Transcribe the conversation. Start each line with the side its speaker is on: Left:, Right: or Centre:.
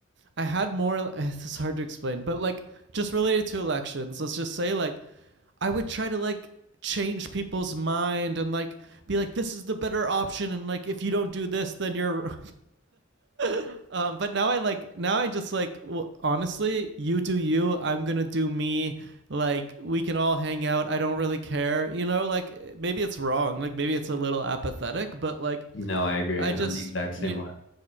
Right: I had more. <laughs> This is hard to explain, but like, just related to elections, let's just say, like, I would try to like change people's mind and like be like this is the better option and like if you don't do this then you're <laughs> um but now I like now I just like well, honestly you do you I'm going to do me like we can all hang out I don't really care you know like maybe it's wrong like maybe it's a little apathetic but like
Left: No, I agree.
Right: I
Left: I'm
Right: just
Left: the exact
Right: you
Left: same way.